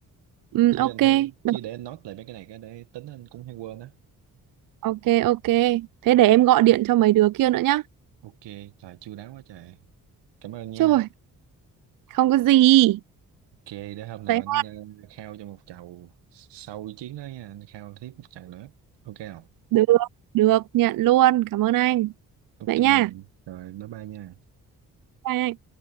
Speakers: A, on the right; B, on the right.
A: ừ,
B: chứ
A: ok
B: anh thấy
A: được,
B: chứ để anh note lại mấy cái này cái để tính anh cũng hay quên á
A: ok ok thế để em gọi điện cho mấy đứa kia nữa nhá
B: ok trời chu đáo quá trời cảm ơn nha
A: trời không có gì
B: ok để hôm nào
A: vậy
B: anh ờ, khao cho một chầu sau chiến đó nha anh khao tiếp một chầu nữa ok không
A: được được nhận luôn cảm ơn anh
B: ok
A: vậy nha
B: rồi bye bye nha
A: Bye anh.